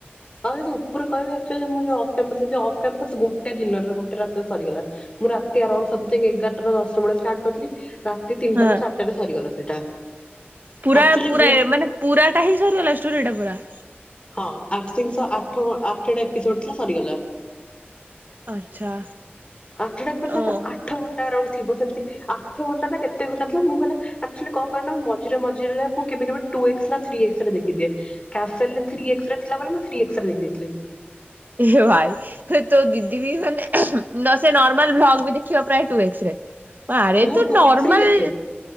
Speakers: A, on the left; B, on the right.
A: ଆଉ ଯଦି ଉପରୁ କହିବି ଏକ୍ଟୁଆଲି ଅଫ୍ କ୍ୟାମ୍ପସ ଯଦି ଅଫ୍ କ୍ୟାମ୍ପସ ଗୋଟେ ଦିନରେ ଗୋଟେ ରାତିରେ ହିଁ ସରିଗଲା। ମୁଁ ରାତି ଆରାଉଣ୍ଡ ସମଥିଙ୍ଗ ଏଗାରଟା ନା ଦଶଟା ବେଳେ ଷ୍ଟାର୍ଟ କରିଥିଲି ରାତି ତିନିଟା
B: ହଁ
A: ନା ଚାରିଟାରେ ସରିଗଲା ସେଇଟା।
B: ପୁରା
A: ଆକ୍ଚୁଆଲି
B: ପୁରା
A: ମୋର ହଁ
B: ମାନେ ପୁରା ଟା ହିଁ ସରିଗଲା ଷ୍ଟୋରିଟା ପୁରା।
A: ହଁ ଆଠି ଆଠ ଆଠଟା ଏପିସୋଡ ଥିଲା ସରିଗଲା।
B: ଆଚ୍ଛା
A: ଆଠଟା ପସ
B: ଓହୋ।
A: ଆଠ ଘଣ୍ଟା ତା ଆରାଉଣ୍ଡୁ ଥିବ ସେମିତି ଆଠ ଘଣ୍ଟା ଟା କେତେ ଘଣ୍ଟା ଥିଲା ମୁଁ ଗଲା ଆକ୍ଚୁଆଲି କଣ କର ନା ମୁଁ ମଝିରେ ମଝିରେ ମୁଁ କେବେ କେବେ ଟୁ ଏକ୍ସ ନା ଥ୍ରୀ ଏକ୍ସରେ ଦେଖିଦିଏ। କ୍ୟାସେଲେ। ଥ୍ରୀ ଏକ୍ସରେ ଥିଲା ବୋଲି ମୁଁ ଥ୍ରୀ ଏକ୍ସରେ ଦେଖି ଦେଇଥିଲି।
B: ଏ ଭାଇ ତୋ ଦିଦି ବି ମାନେ ନାଁ ସେ ନର୍ମାଲ ଭ୍ଲଗ ବି ଦେଖିବ ପ୍ରାୟ ଟୁ ଏକ୍ସ ରେ। ଆରେ
A: ମୁଁ
B: ତୁ
A: ଟୁ
B: ନର୍ମାଲ
A: ଏକ୍ସ ରେ ଦେଖେ।